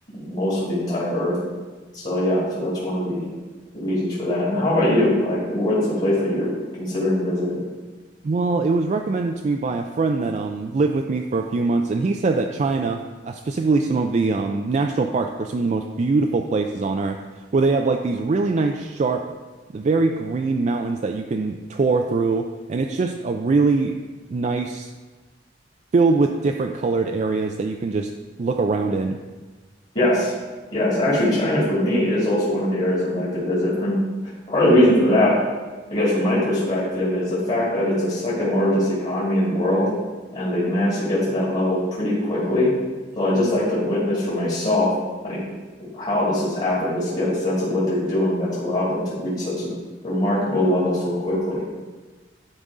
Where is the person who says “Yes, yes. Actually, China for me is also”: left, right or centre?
Left